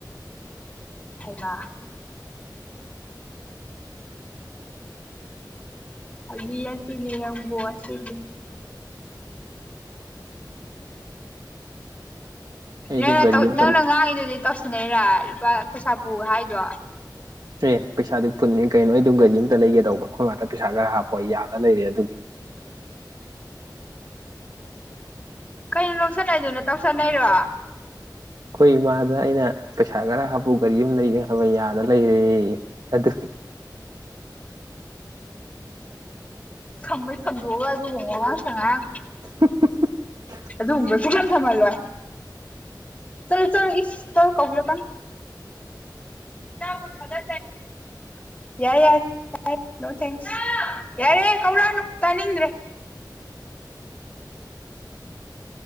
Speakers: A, on the left (about 20°); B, on the right (about 60°).
A: ꯍꯃ ꯑ ꯇꯅꯤꯔꯪꯕꯣꯁ
B: <inaudible> ꯑꯩꯗꯨ
A: ꯅꯪꯅ
B: ꯒꯥꯔꯤ ꯑꯝꯇ
A: ꯅꯪꯅ ꯉꯥꯡꯉꯤꯗꯨꯗꯤ ꯇꯧꯁꯤꯟꯅꯩꯔꯥ ꯂꯨꯄꯥ ꯄꯩꯁꯥ ꯄꯨ ꯍꯥꯏꯗꯣ
B: ꯑꯦ ꯄꯩꯁꯥꯗꯤ ꯄꯨꯟꯅꯤ ꯀꯩꯅꯣ ꯑꯩ ꯑꯗꯨꯝ ꯒꯥꯔꯤ ꯑꯝꯇ ꯂꯩꯒꯦꯗꯧꯕ ꯑꯩꯈꯣꯏ ꯃꯥꯇ ꯄꯩꯁꯥ ꯈꯔ ꯍꯥꯞꯄ ꯑꯩ ꯌꯥꯗꯅ ꯂꯩꯔꯦ ꯑꯗꯨꯒꯤ <inaudible>
A: ꯀꯩꯅꯣ ꯂꯧꯁꯅꯩꯗꯨꯅ ꯇꯧꯁꯟꯅꯩꯔꯣ
B: ꯑꯩꯈꯣꯏ ꯏꯃꯥꯗ ꯑꯩꯅ ꯄꯩꯁꯥ ꯈꯔ ꯍꯥꯞꯄꯨ ꯀꯔꯤ ꯑꯃ ꯂꯩꯒꯦ ꯍꯥꯏꯕ ꯌꯥꯗꯅ ꯂꯩꯔꯦ ꯑꯗꯨ
A: ꯁꯝꯃꯩ ꯈꯝꯗꯣꯛꯑꯒ ꯑꯗꯨ ꯍꯣꯡꯉꯣ ꯉꯥꯡ ꯁꯉꯥꯡ
B: <inaudible>
A: ꯑꯗꯨꯗ ꯎꯕꯁꯨ ꯀꯝ ꯊꯃꯂ ꯋꯥ ꯆꯜ ꯆ ꯏꯁ ꯆ ꯀꯕꯨ ꯂ ꯀ
B: <inaudible>
A: ꯊꯒ ꯌꯥ ꯌꯥ ꯅꯣ ꯊ ꯌꯥꯔꯦ ꯀꯧꯔꯛꯅꯨ ꯇꯥꯅꯤꯡꯗ꯭ꯔꯦ